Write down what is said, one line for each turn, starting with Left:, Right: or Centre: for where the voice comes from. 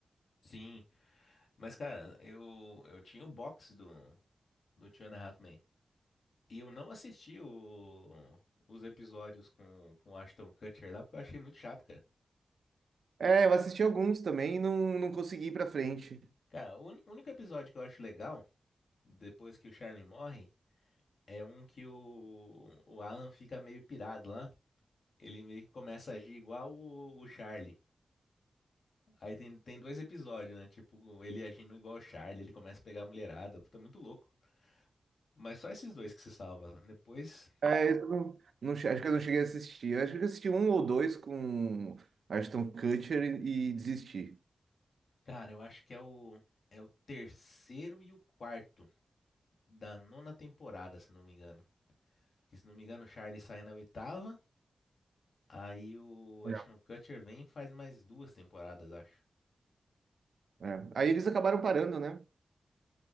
Left: sim. Mas, cara, eu, eu tinha o box do, do Two and a Half Men. E eu não assisti o- os episódios com, com o Ashton Kutcher lá, porque eu achei muito chato, cara.
Right: É, eu assisti alguns também e não, não consegui ir pra frente.
Left: Cara, o uni- único episódio que eu acho legal, depois que o Charlie morre, é um que o, o Alan fica meio pirado lá. Ele meio que começa a agir igual o, o Charlie. Aí tem, tem dois episódios, né? Tipo, ele agindo igual o Charlie, ele começa a pegar a mulherada. Puta, é muito louco. Mas só esses dois que se salva. Depois,
Right: É, eu não, não che- acho que eu não cheguei a assistir. Eu acho que eu assisti um ou dois com Ashton Kutcher e, e desisti.
Left: cara, eu acho que é o, é o terceiro e o quarto da nona temporada, se não me engano. Que, se não me engano, o Charlie sai na oitava. Aí o
Right: É.
Left: Ashton Kutcher vem e faz mais duas temporadas, acho.
Right: É. Aí eles acabaram parando, né?